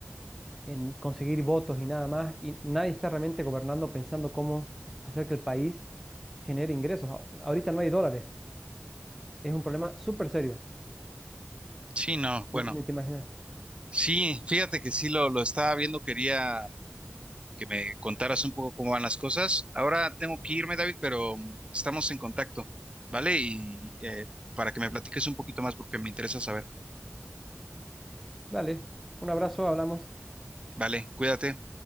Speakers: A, in the centre; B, on the right (about 25°).
A: en conseguir votos y nada más, y nadie está realmente gobernando pensando cómo hacer que el país genere ingresos. A- Ahorita no hay dólares, es un problema súper serio,
B: Sí, no, bueno,
A: no- ni te imaginas.
B: sí, fíjate que sí lo, lo estaba viendo, quería que me contaras un poco cómo van las cosas. Ahora tengo que irme, David, pero mm, estamos en contacto, ¿vale? Y eh, para que me platiques un poquito más porque me interesa saber.
A: Dale, un abrazo, hablamos.
B: Vale, cuídate.